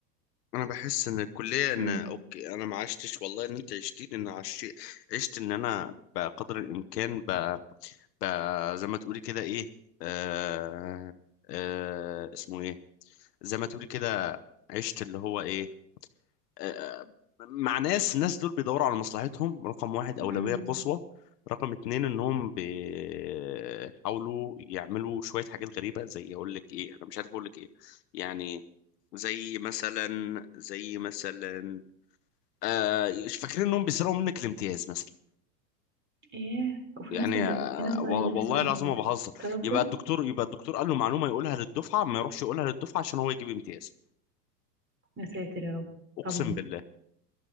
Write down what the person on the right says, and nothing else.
أمم،
أمم.
إيه وفي
ناس لد...
في ناس
لسه
بتتصرف
كده
يا ساتر يا رب
طب